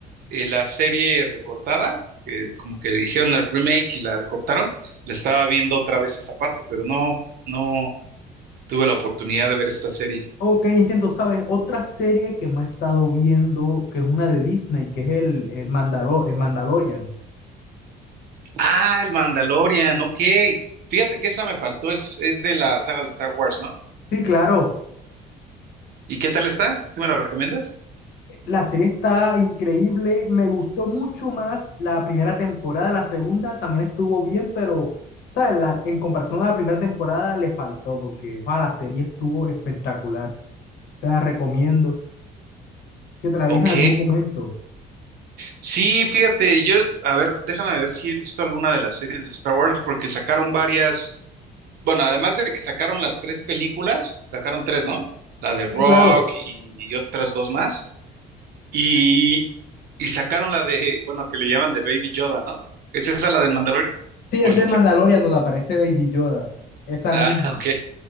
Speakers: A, on the right; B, on the left.
A: eh, la serie recortada, que como que le hicieron el remake y la recortaron. La estaba viendo otra vez esa parte, pero no, no tuve la oportunidad de ver esta serie.
B: Ok, entiendo, ¿sabes? Otra serie que me ha estado viendo, que es una de Disney, que es el, el, Mandalor- el Mandalorian.
A: Ah, el Mandalorian, ok. Fíjate que esa me faltó, es, es de la saga de Star Wars, ¿no?
B: Sí, claro.
A: ¿Y qué tal está? ¿Tú me la recomiendas?
B: La serie está increíble, me gustó mucho más la primera temporada, la segunda también estuvo bien, pero ¿sabes? La, en comparación a la primera temporada le faltó porque ah, la serie estuvo espectacular. Te la recomiendo que te la
A: Ok.
B: veas en algún momento.
A: Sí, fíjate, yo, a ver, déjame ver si he visto alguna de las series de Star Wars, porque sacaron varias, bueno, además de que sacaron las tres películas, sacaron tres, ¿no? La de Rock
B: Sí, claro.
A: y, y otras dos más. Y, y sacaron la de, bueno, que le llaman de Baby Yoda, ¿no? ¿Es esa la del Mandalorian?
B: Sí,
A: ¿O
B: es
A: es
B: del
A: otra?
B: Mandalorian donde aparece Baby Yoda. Esa
A: Ah,
B: misma.
A: <laughs> ok,